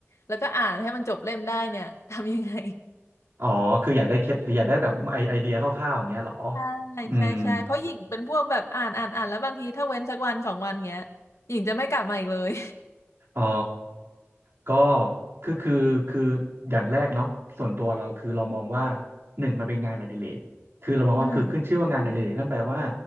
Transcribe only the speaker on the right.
อ๋อคืออยากได้เคล็ดอยากได้แบบไอไอเดียคร่าวๆอย่างเงี้ยเหรอ
อืม
อ๋อก็คือคือคืออย่างแรกเนาะส่วนตัวเราคือเรามองว่า หนึ่งมันเป็นงานอดิเรกคือเรามองว่าคือขึ้นชื่อว่างานอดิเรกนั่นแปลว่า